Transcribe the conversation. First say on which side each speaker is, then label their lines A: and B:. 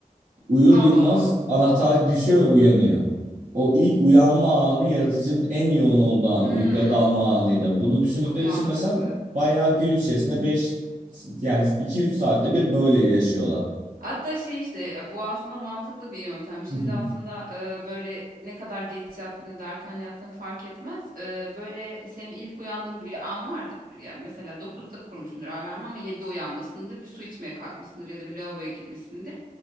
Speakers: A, on the right; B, on the right.
A: Uyur
B: Allah
A: uyumaz
B: Allah.
A: anahtar düşüyor ve uyanıyor. O ilk uyanma anı yaratıcının en yoğun olduğu an,
B: Hmm,
A: uykuya dalma anıydı. Bunu düşündükleri
B: çok mantıklı.
A: için mesela bayağı gün içerisinde beş yani iki üç saatte bir böyle yaşıyorlar.
B: Hatta şey işte e, bu aslında mantıklı bir yöntem. Şimdi
A: <laughs>
B: aslında e, böyle ne kadar geç yattın ya da erken yattın fark etmez. E, böyle senin ilk uyandığın bir an vardır. Yani mesela 9'da kurmuşsundur alarmı ama 7'de uyanmasındır. Bir su içmeye kalkmışsındır ya da bir lavaboya gitmişsindir.